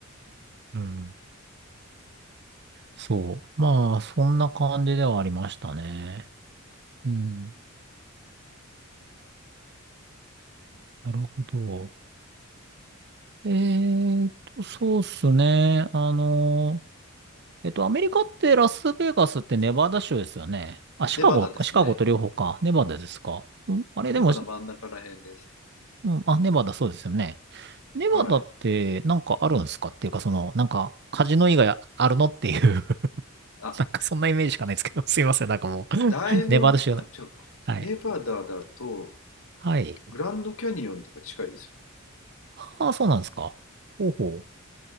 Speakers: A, on the right; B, on the left.
A: うん。そう。まあ、そんな感じではありましたね。うん。なるほど。えーと、そうっすね。あのえっと、アメリカってラスベガスってネバダ州ですよね。あ、シカゴか、
B: ネバダですね。
A: シカゴと両方か。ネバダですか。んあれ、でも、
B: ネバダ真ん中ら辺ですね。
A: しうん、あ、ネバダそうですよね。ネバダってなんかあるんですかっていうか、
B: はい。
A: その、なんか、カジノ以外あるのっていう <laughs>
B: あ、
A: なんかそんなイメージしかないですけど、すいません、なんかもう、
B: あ、大門、
A: ネバダ州。
B: あ、違うか。
A: はい。
B: ネバダだと、
A: はい。
B: グランドキャニオンとか近いですよね。
A: ああ、そうなんですか。ほうほう。